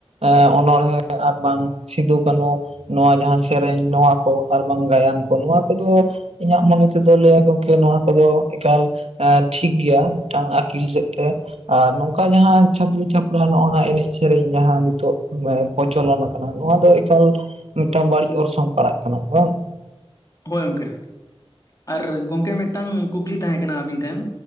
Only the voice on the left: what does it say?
ᱦᱳᱭ ᱜᱚᱝᱠᱮ ᱟᱨ ᱜᱚᱝᱠᱮ ᱢᱤᱫᱴᱟᱝ ᱠᱩᱠᱞᱤ ᱛᱟᱦᱮᱸ ᱠᱟᱱᱟ ᱟᱵᱤᱱ ᱴᱷᱮᱱ?